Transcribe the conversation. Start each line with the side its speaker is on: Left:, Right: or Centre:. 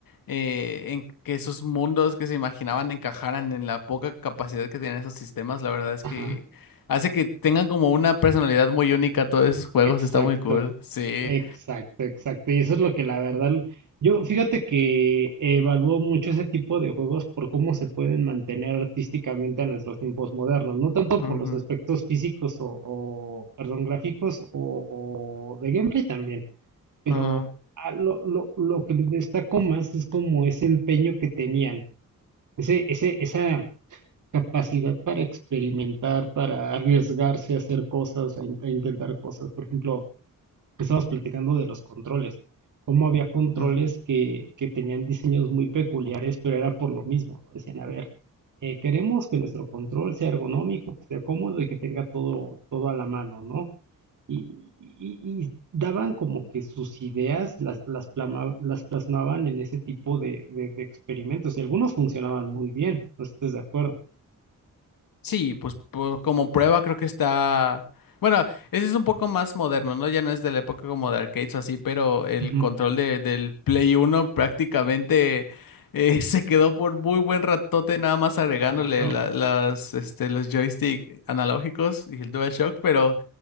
Left: eh, en que esos mundos que se imaginaban encajaran en la poca capacidad que tenían esos sistemas, la verdad es
Right: ajá.
Left: que hace que tengan como una personalidad muy única todos esos juegos,
Right: Exacto.
Left: está muy cool. Sí.
Right: Exacto, exacto. Y eso es lo que la verdad, yo fíjate que evalúo mucho ese tipo de juegos por cómo se pueden mantener artísticamente a nuestros tiempos modernos, no tanto
Left: Ujú,
Right: por los aspectos físicos o, o, perdón, gráficos o, o de gameplay también, pero
Left: ajá,
Right: ah, lo, lo, lo que destaco más es como ese empeño que tenían, ese, ese, esa capacidad para experimentar, para arriesgarse a hacer cosas, a in- a intentar cosas. Por ejemplo, estábamos platicando de los controles, cómo había controles
Left: ujú.
Right: que, que tenían diseños muy peculiares, pero era por lo mismo. Decían, a ver, eh, queremos que nuestro control sea ergonómico, que sea cómodo y que tenga todo, todo a la mano, ¿no? Y, y- y daban como que sus ideas las, las, plama- las plasmaban en ese tipo de, de- de experimentos y algunos funcionaban muy bien, no sé si estés de acuerdo.
Left: Sí, pues po- como prueba creo que está... Bueno, ese es un poco más moderno, ¿no? Ya no es de la época como de arcades o así, pero el
Right: Ujú,
Left: control de, del Play uno prácticamente eh, <laughs> se quedó por muy buen ratote nada más agregándole
Right: claro.
Left: la- las, este, los joystick analógicos y el DualShock, pero